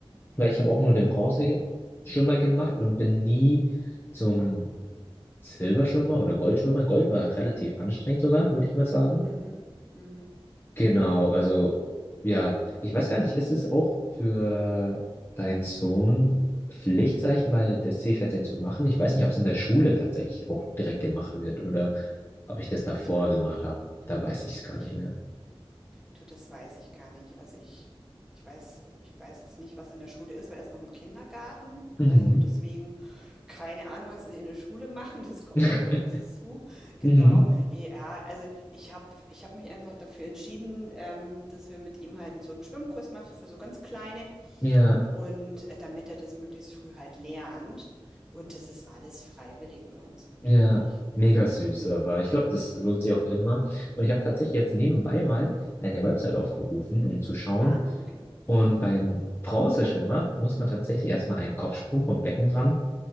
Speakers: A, on the left; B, in the centre.
A: weil ich habe auch nur den Bronzeschwimmer gemacht und bin nie zum Silberschwimmer oder Goldschwimmer. Gold war relativ anstrengend sogar, würde ich mal sagen.
B: Mhm. Mhm.
A: Genau, also ja, ich weiß gar nicht, ist es auch für deinen Sohn Pflicht, sag ich mal, das Seepferdchen zu machen? Ich weiß nicht, ob es in der Schule tatsächlich auch direkt gemacht wird oder ob ich das davor
B: Tja,
A: gemacht habe. Da weiß ich es gar
B: du, ich
A: nicht mehr.
B: Du, das weiß ich gar nicht. Also ich ich weiß ich weiß jetzt nicht, was in der Schule ist, weil er ist noch im Kindergarten.
A: Mhm.
B: Also deswegen keine Ahnung, was sie in der Schule <laughs> machen. Das kommt
A: <laughs>
B: noch auf uns zu. Genau.
A: Mhm.
B: Ja, also ich habe ich habe mich einfach dafür entschieden, ähm, dass wir mit ihm halt so einen Schwimmkurs machen für so ganz Kleine
A: Ja,
B: und äh, damit er das möglichst früh halt lernt. Und das ist alles freiwillig bei uns natürlich.
A: ja, mega
B: Ja.
A: süß,
B: Hm.
A: aber ich glaube, das lohnt sich auch immer. Und ich habe tatsächlich jetzt nebenbei mal eine Website aufgerufen, um zu schauen.
B: Ah, okay. <laughs>
A: Und beim Bronzeschwimmer muss man tatsächlich erstmal einen Kopfsprung vom Becken ran.